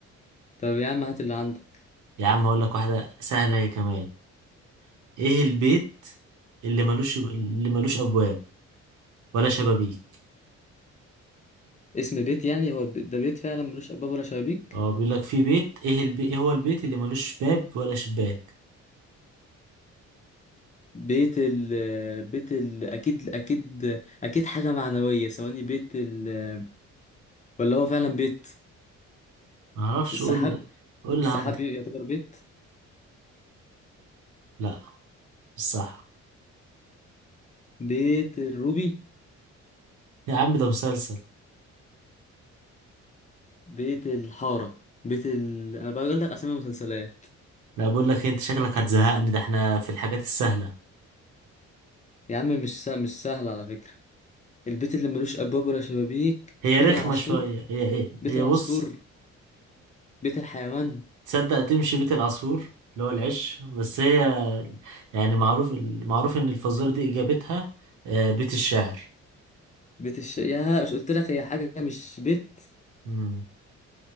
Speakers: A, on the left (about 25°); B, on the right (about 80°).
A: طب يا عم هات اللي عندك
B: يا عم هقول لك واحدة سهلة هي كمان ايه البيت اللي ملوش اللي ملوش أبواب ولا شبابيك
A: اسم بيت يعني هو ب- ده بيت فعلا ملوش ابواب ولا شبابيك
B: اه بيقول لك في بيت ايه البي... ايه هو البيت اللي ملوش باب ولا شباك
A: بيت ال بيت ال اكيد اكيد اكيد حاجه معنويه ثواني بيت ال ولا هو فعلا بيت
B: معرفش
A: السحاب
B: قول قول اللي
A: السحاب
B: عندك
A: يعتبر بيت
B: لا مش صح
A: بيت الروبي
B: يا عم ده مسلسل
A: بيت الحاره بيت ال انا بقول لك اسامي مسلسلات
B: لا بقول لك إيه، انت شكلك هتزهقني ده احنا في الحاجات السهلة
A: يا عم مش سهل مش سهل على فكره البيت اللي ملوش ابواب ولا شبابيك
B: هي
A: بيت
B: رخمة
A: العصفور
B: شوية هي هي
A: بيت
B: هي
A: العصفور
B: بص
A: بيت الحيوان
B: تصدق تمشي بيت العصفور اللي هو العش بس هي يعني معروف معروف ان الفزورة دي اجابتها آه، بيت الشعر
A: بيت الش... يا مش قلت لك هي حاجه مش بيت
B: مم.